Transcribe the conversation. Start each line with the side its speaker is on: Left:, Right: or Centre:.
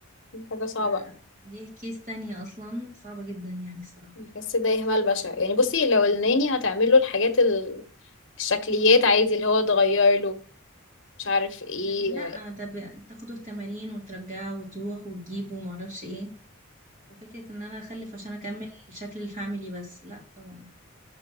Left: دي حاجة
Right: فدي
Left: صعبة
Right: كيس تانية اصلا صعبه جدا يعني الصراحه
Left: بحس ده إهمال بشع يعني بصي لو الناني هتعمل له الحاجات ال- الشكليات عادي اللي هو تغير له مش عارف ايه
Right: لكن لا ده ب- تاخده التمارين وترجعه وتروح وتجيبه وما اعرفش ايه وفكره ان انا اخلف عشان اكمل شكل الفاميلي بس لا طبعا